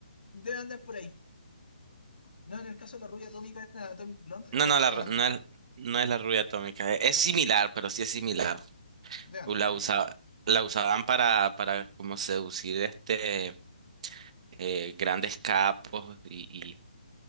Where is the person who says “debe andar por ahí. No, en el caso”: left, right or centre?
Left